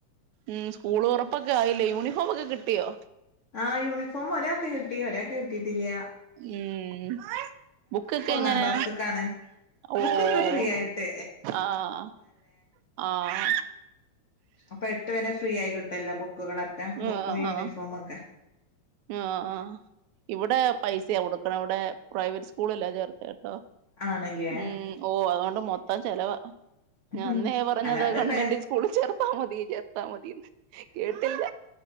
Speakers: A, on the right; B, on the left.
A: ഉം സ്കൂള് തൊറപ്പൊക്കെ ആയിലെ യൂണിഫോം ഒക്കെ കിട്ടിയോ?
B: ആഹ് യൂണിഫോം ഒരാക്ക് കിട്ടി ഒരാക്ക് കിട്ടിട്ടില്ല്യ
A: ഉം ബുക്കൊക്കെ
B: ഒന്നാം
A: എങ്ങനാ
B: ക്ലാസ്സ്ക്കാണ്
A: ഓഹ്
B: ബുക്കൊക്കെ ഫ്രീ ആയിട്ട്
A: ആഹ് ആഹ്.
B: അപ്പോ എട്ട് വരെ ഫ്രീ ആയി കിട്ടുവല്ലോ ബുക്കുകളൊക്കെ ബുക്കും
A: ആഹ്
B: യൂണിഫോം
A: ആഹ്
B: ഒക്കെ-
A: ആഹ് ആഹ് ഇവിടെ പൈസയാ കൊടുക്കണെ ഇവടെ പ്രൈവറ്റ് സ്കൂളില ചേർത്തെ കേട്ടോ.
B: ആണല്ലേ
A: ഉം ഓഹ് അതോണ്ട് മൊത്തം ചെലവാ. ഞാൻ
B: ഉം.
A: അന്നേ പറഞ്ഞത
B: അല്ലാതെ
A: ഗവൺമെന്റ്
B: ബേ
A: സ്കൂളിൽ ചേർത്താ മതി ചേർത്താ മതീന്ന് കേട്ടില്ല.